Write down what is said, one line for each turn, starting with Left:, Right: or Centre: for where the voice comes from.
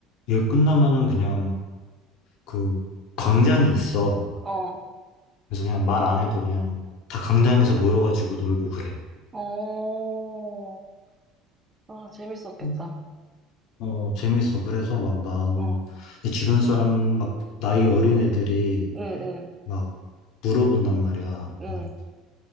Left: 일 끝나면은 그냥 그 광장이 있어.
Right: 어,
Left: 그래서 그냥 말 안 해도 그냥 다 광장에서 모여가지고 놀고 그래.
Right: 어. 아, 재밌었겠다.
Left: 음. 어, 재밌어. 그래서 막 나는
Right: 어,
Left: 내 주변 사람 막 나이 어린 애들이
Right: 응, 응,
Left: 막 물어본단 말이야. 그
Right: 응,